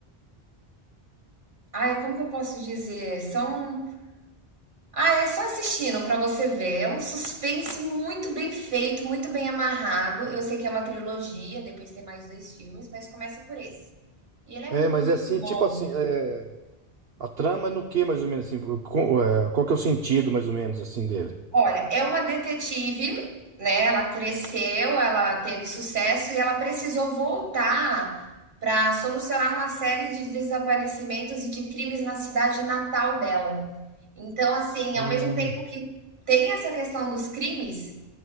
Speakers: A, on the right (about 55°); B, on the right (about 65°).
A: ai, como que eu posso dizer? São, ah, é só assistindo pra você ver. É um suspense muito bem feito, muito bem amarrado. Eu sei que é uma trilogia, depois tem mais 2 filmes, mas começa por esse. E ele é
B: É,
A: muito
B: mas é assim,
A: bom.
B: tipo assim, é, a trama é no que mais ou menos assim, qual, é, qual que é o sentido mais ou menos assim dele?
A: Olha, é uma detetive, né, ela cresceu, ela teve sucesso e ela precisou voltar para solucionar uma série de desaparecimentos e de crimes na cidade natal dela. Então, assim,
B: Hum,
A: ao mesmo tempo que tem essa questão dos crimes,